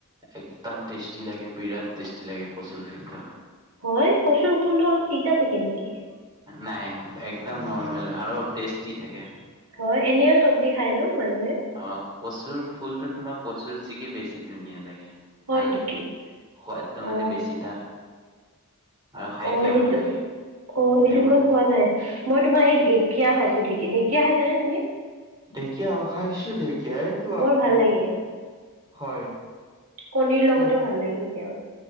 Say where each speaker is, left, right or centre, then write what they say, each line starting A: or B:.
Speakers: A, on the right (about 20°); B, on the right (about 90°).
A: একদম টেষ্টি লাগে বিৰাট টেষ্টি লাগে কচুৰ ফিলটো।
B: হয় কচুৰ ফুলটো অলপ তিতা থাকে নেকি?
A: নাই একদম নৰ্মেল আৰু টেষ্টি থাকে।
B: হয় এনেও চবজি খাই ন মানুহে।
A: অ কচুৰ ফুলতটো তোমাৰ কচুৰ চিগি বেছি ধুনীয়া লাগে।
B: হয়
A: ভাল
B: নেকি?
A: লাগে সোৱাদটো মানে
B: অ।
A: বেছি তাৰ আৰু খাইকেও
B: অ সেইটো
A: ভাল লাগে
B: অ সেইটো
A: সেইবোৰ
B: মই খোৱা নাই। মই তোমাৰ ঢেকীয়া খাইছো। ঢেকীয়া ঢেকীয়া খাইচা নে তুমি?
A: ঢেকীয়া অ খাইছো ঢেকীয়া এইটো
B: বৰ ভাল
A: ম
B: লাগে
A: হয়।
B: কণীৰ লগতো
A: উম
B: ভাল লাগে কেতিয়াবা।